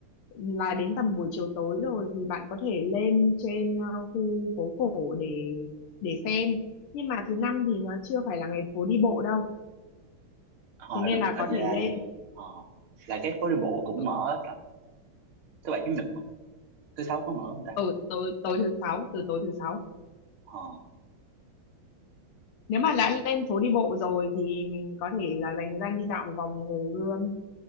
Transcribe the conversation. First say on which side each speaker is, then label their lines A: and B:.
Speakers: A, on the left (about 80°); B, on the right (about 75°).
A: là đến tầm buổi chiều tối rồi thì bạn có thể lên trên ờ, khu phố cổ để để xem nhưng mà thứ năm thì nó chưa phải là ngày phố đi bộ đâu
B: Ờ,
A: thế nên
B: đúng
A: là
B: à,
A: có
B: là
A: thể lên
B: ờ, là cái phố đi bộ cũng
A: ở
B: mở tầm thứ bảy chủ nhật không thứ sáu có mở không ta
A: ừ, tối tối thứ sáu từ tối thứ sáu
B: ờ.
A: nếu mà đã lên phố đi bộ rồi thì mình có thể là dành thời gian đi dạo một vòng Hồ Gươm